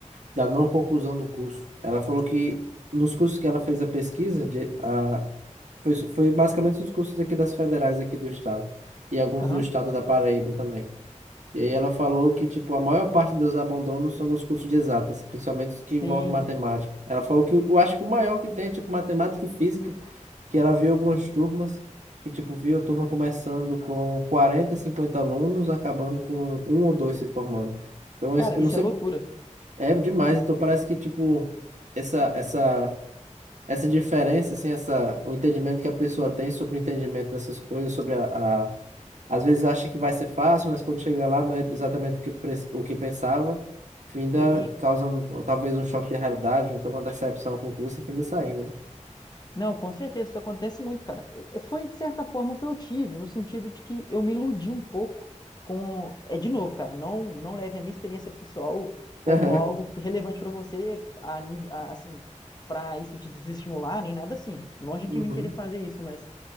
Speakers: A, on the right; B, on the left.
A: da não conclusão do curso. Ela falou que nos cursos que ela fez a pesquisa, de, a, foi, foi basicamente os cursos aqui das federais aqui do estado, e alguns
B: Aham.
A: do estado da Paraíba também. E aí ela falou que, tipo, a maior parte dos abandonos são nos cursos de exatas, principalmente os que
B: Sim.
A: envolvem matemática. Ela falou que o- eu acho que o maior que tem é, tipo, matemática e física, que ela viu algumas turmas que, tipo, viu a turma começando com 40, 50 alunos, acabando com um ou dois se formando. Então, es-
B: Cara,
A: eu
B: isso
A: não sei,
B: é loucura.
A: é demais. Então, parece que, tipo, essa, essa, essa diferença, assim, essa, o entendimento que a pessoa tem sobre o entendimento dessas coisas, sobre a, a... Às vezes acha que vai ser fácil, mas quando chega lá não é exatamente o que, pre- o que pensava. Finda
B: Sim.
A: causando talvez um choque de realidade, então uma decepção com o curso e finda saindo.
B: Não, com certeza, isso acontece muito, cara. E- Foi, de certa forma, o que eu tive, no sentido de que eu me iludi um pouco com. É de novo, cara, não, não leve a minha experiência pessoal como
A: né?
B: algo
A: <laughs>
B: relevante pra você, a nível, a- assim, pra isso te desestimular, nem nada assim. Longe de
A: Aham.
B: mim querer
A: Uhum.
B: fazer isso, mas